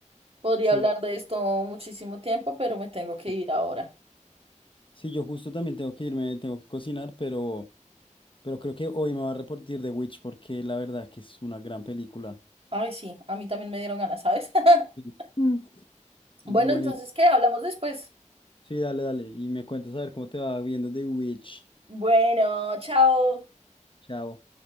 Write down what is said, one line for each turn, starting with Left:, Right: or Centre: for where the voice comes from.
Right: Podría
Left: Sí,
Right: hablar de esto muchísimo tiempo, pero me tengo que
Left: sí,
Right: ir ahora.
Left: Sí, yo justo también tengo que irme, tengo que cocinar, pero, pero creo que hoy me va a reportar de Witch porque la verdad que es una gran película.
Right: Ay, sí, a mí también me dieron ganas, ¿sabes? <laughs>
Left: Sí. Mm. Buenísimo.
Right: Bueno, entonces, ¿qué? Hablamos después.
Left: Sí, dale, dale. Y me cuentas a ver cómo te va viendo The Witch.
Right: Bueno, chao.
Left: Chao.